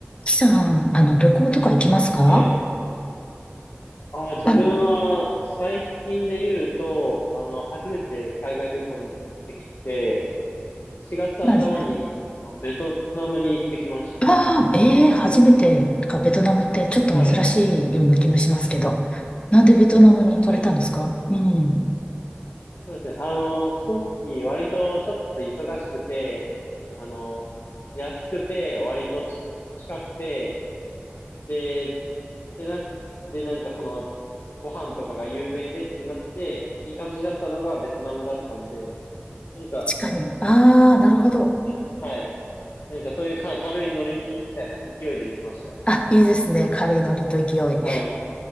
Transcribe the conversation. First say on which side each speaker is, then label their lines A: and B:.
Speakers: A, on the left; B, on the left.
A: きさん、あの、旅行とか行きますか
B: はい。あー、自分は最近で言うと、
A: あ、
B: あの、初めて海外旅行に行ってきて、4月頭にあのベトナムに行ってきましたね。
A: なんですね。ああ、ええ初めてか、ベトナムってちょっと珍しいような気もしますけど。
B: はい。
A: なんでベトナムに行かれたんですかうん。
B: 確かに。そうですね。あの、その時割とちょっと忙しくて、あの、安くて、割と近くて、で、でな、で、なんかその、ご飯とかが有名でってなって、いい感じだったのがベトナムだったんで、なんか、
A: 確かに。ああ、なるほど。
B: えはい。なんかそういうか軽いノリみたいな勢いで行きましたね。
A: あ、いいですね。軽いノリと勢い。
B: はい。